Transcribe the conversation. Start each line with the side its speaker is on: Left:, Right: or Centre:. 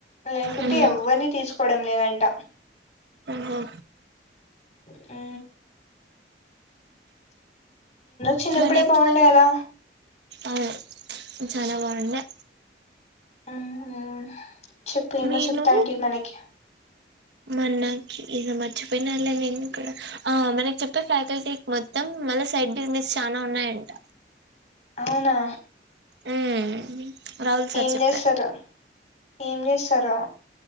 Left: లేకుంటే
Right: ఉహు
Left: ఎవరిని తీసుకోడం లేదంట.
Right: ఓహో
Left: ఉ చిన్నప్పుడే
Right: మనకి
Left: బాగుండే కదా
Right: అవును చాలా బాగుండే
Left: ఆహ చెప్పు ఏమో
Right: మీరు
Left: చెప్తాంటివి మనకి
Right: మనకి ఇద మర్చిపోయినళ్ళ నేను కూడా ఆ మనకు చెప్పే ఫ్యాకల్టీ మొత్తం సైడ్ బిజినెస్ చానా ఉన్నాయంట.
Left: అవునా
Right: ఉమ్ రాహుల్ సార్
Left: ఏం
Right: చెప్పా
Left: చేస్తారు ఏం చేస్తారు